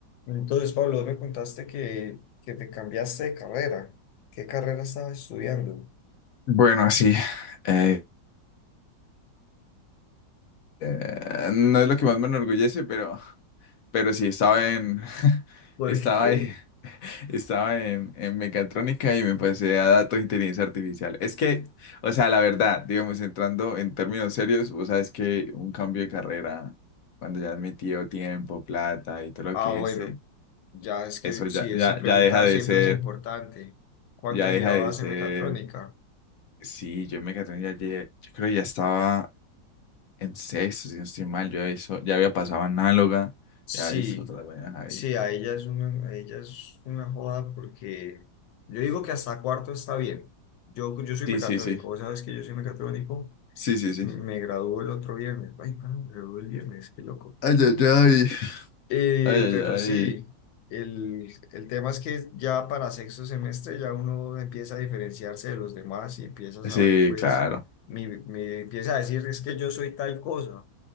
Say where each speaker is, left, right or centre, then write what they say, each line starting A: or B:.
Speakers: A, on the left (about 80°); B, on the left (about 65°).
A: Entonces, Pablo, vos me contaste que, que te cambiaste de carrera. ¿Qué carrera estabas estudiando?
B: Bueno, sí. eh, eh, no es lo que más me enorgullece, pero, pero sí, estaba en, <laughs>
A: ¿Por
B: estaba
A: qué?
B: en, <laughs> estaba en, en mecatrónica y me pasé a datos de inteligencia artificial. Es que, o sea, la verdad, digamos, entrando en términos serios, vos sabes que un cambio de carrera, cuando ya has metido tiempo, plata y todo
A: Ah,
B: lo que
A: bueno,
B: es, eh,
A: ya es que
B: eso ya,
A: sí, esa
B: ya,
A: pregunta
B: ya deja de
A: siempre
B: ser,
A: es importante. ¿Cuánto
B: ya
A: llevabas
B: deja de ser.
A: en mecatrónica?
B: Sí, yo en mecatrónica, ya, lle- yo creo que ya estaba. en sexto, si no estoy mal, yo ya hizo, ya había pasado análoga,
A: Sí,
B: ya hizo otras vainas ahí.
A: sí, a ella es una, a ella es una joda porque yo digo que hasta cuarto está bien. Yo, yo soy
B: Sí,
A: mecatrónico,
B: sí, sí.
A: vos sabes que yo soy mecatrónico,
B: Sí, sí, sí.
A: me gradué el otro viernes. Ay, para, me gradué el viernes, qué loco.
B: Ay, ay, ay.
A: Eh,
B: Ay,
A: pero
B: ay,
A: sí, el, el tema es que ya para sexto semestre ya uno empieza a diferenciarse de los demás y empieza a
B: ay.
A: saber,
B: Sí,
A: pues,
B: claro.
A: mi, me empieza a decir, es que yo soy tal cosa.